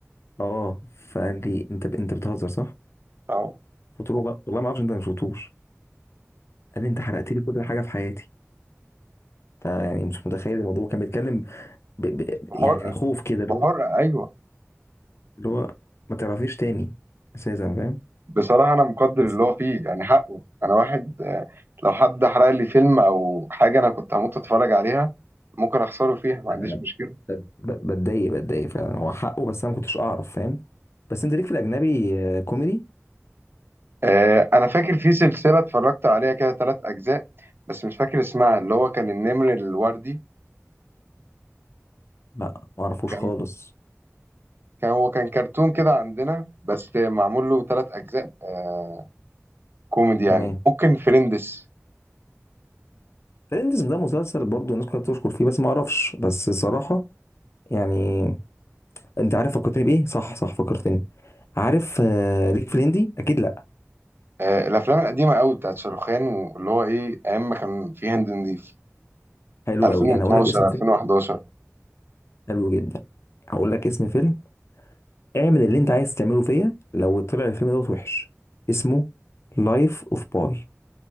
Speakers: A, on the left; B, on the right.
A: اه فقال لي انت انت بتهزر صح
B: اهو
A: قلت له والله والله ما اعرفش انت ما شفتوش قال لي انت حرقت لي كل حاجه في حياتي انت يعني مش متخيل الموضوع كان بيتكلم ب... ب...
B: بحرقه
A: يعني خوف كده اللي
B: بحرقه
A: هو
B: ايوه
A: اللي هو ما تعرفيش تاني اساسا فاهم
B: بصراحة أنا مقدر
A: بس
B: اللي هو فيه يعني حقه أنا واحد آه، لو حد حرق لي فيلم أو حاجة أنا كنت هموت أتفرج عليها ممكن أخسره فيها ما
A: لا،
B: عنديش مشكلة
A: ب- ب- بتضايق بتضايق فعلا هو حقه بس انا ما كنتش اعرف فاهم بس انت ليك في الاجنبي آه، كوميدي
B: آه، أنا فاكر في سلسلة اتفرجت عليها كده تلات أجزاء بس مش فاكر اسمها اللي هو كان النمر الوردي
A: لا ما اعرفوش
B: كان
A: خالص
B: كان هو كان كرتون كده عندنا بس معمول له تلات أجزاء آه، كوميدي يعني
A: تمام
B: ممكن فريندس
A: فريندز ده مسلسل برضو الناس كلها بتشكر فيه بس ما اعرفش بس صراحة يعني انت عارف فكرتني بايه صح صح فكرتني عارف آه، ليك في الهندي اكيد لا
B: آه، الأفلام القديمة قوي بتاعت شاروخان واللي هو إيه أيام ما كان في هند نضيف
A: حلو
B: 2012
A: قوي يعني هقول لك اسم فيلم
B: 2011
A: حلو جدا هقول لك اسم فيلم اعمل اللي انت عايز تعمله فيا لو طلع الفيلم دوت وحش اسمه لايف اوف باي